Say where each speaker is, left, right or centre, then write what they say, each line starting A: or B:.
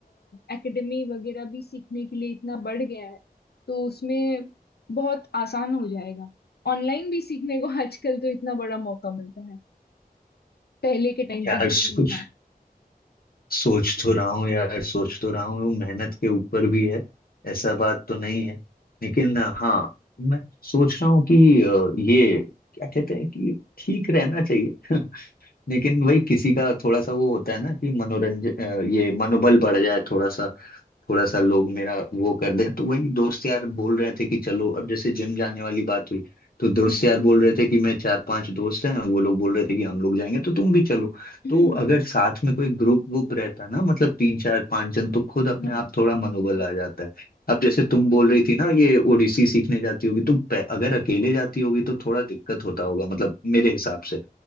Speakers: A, on the left; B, on the left.
A: एकेडमी वगैरह भी सीखने के लिए इतना बढ़ गया है तो उसमें बहुत आसान हो जाएगा ऑनलाइन भी सीखने को आजकल तो इतना बड़ा मौका मिलता है पहले के टाइम पे
B: यार
A: जो
B: सोच
A: नहीं था
B: सोच तो रहा हूँ यार सोच तो रहा हूँ वो मेहनत के ऊपर भी है ऐसा बात तो नहीं है लेकिन अ, हाँ मैं सोच रहा हूँ कि अ, ये क्या कहते हैं कि ठीक रहना चाहिए <laughs> लेकिन वही किसी का थोड़ा सा वो होता है ना कि मनोरंजन अ, ये मनोबल बढ़ जाए थोड़ा सा थोड़ा सा लोग मेरा वो कर दें तो वही दोस्त यार बोल रहे थे कि चलो अब जैसे जिम जाने वाली बात हुई तो दोस्त
A: हाँ
B: यार बोल रहे थे कि मैं चार पांच दोस्त हैं वो लोग बोल रहे थे कि हम लोग जाएंगे तो तुम भी चलो
A: <clears throat>
B: तो अगर साथ में कोई ग्रुप ग्रुप रहता ना मतलब तीन चार पांच जन तो खुद अपने
A: हाँ
B: आप थोड़ा मनोबल आ जाता है अब जैसे तुम बोल रही थी ना ये ओडिसी सीखने जाती होगी तो पे- अगर अकेले जाती होगी तो थोड़ा दिक्कत होता होगा मतलब मेरे हिसाब से